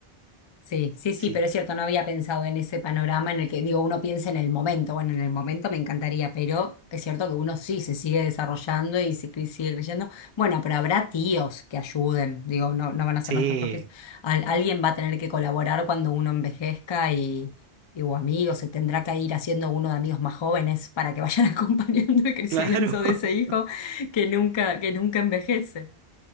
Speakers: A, on the left; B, on the right.
A: Sí, sí,
B: Sí,
A: sí, pero es cierto, no había pensado en ese panorama en el que, digo, uno piensa en el momento, bueno, en el momento me encantaría, pero es cierto que uno sí se sigue desarrollando y se cre- sigue creciendo. Bueno, pero habrá tíos que ayuden, digo, no, no van a ser
B: sí,
A: nuestros propios. Al- alguien va a tener que colaborar cuando uno envejezca y, y o amigos, se tendrá que ir haciendo uno de amigos más jóvenes para que vayan <laughs> acompañando el crecimiento
B: claro,
A: de ese
B: <laughs>
A: hijo que nunca, que nunca envejece.